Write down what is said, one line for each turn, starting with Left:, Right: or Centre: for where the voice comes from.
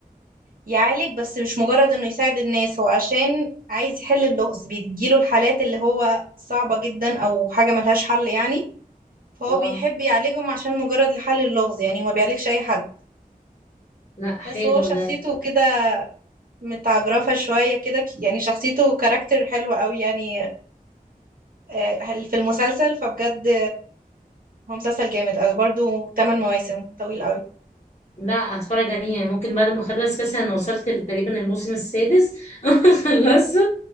Right: يعالج بس مش مجرد انه يساعد الناس هو عشان عايز يحل اللغز بيجيله الحالات اللي هو صعبة جدا او حاجة ملهاش حل يعني فهو
Left: اه
Right: بيحب يعالجهم عشان مجرد لحل اللغز يعني ما بيعالجش اي حد
Left: لا حلو
Right: بس هو شخصيته
Left: ده
Right: كده متعجرفة شوية كده ك- يعني شخصيته كاركتر حلو قوي يعني آه، في المسلسل فبجد هو مسلسل جامد قوي برضو 8 مواسم طويل قوي
Left: لا اتفرج عليه يعني ممكن بعد ما اخلص كاس انا وصلت تقريبا الموسم السادس <laughs> خلصه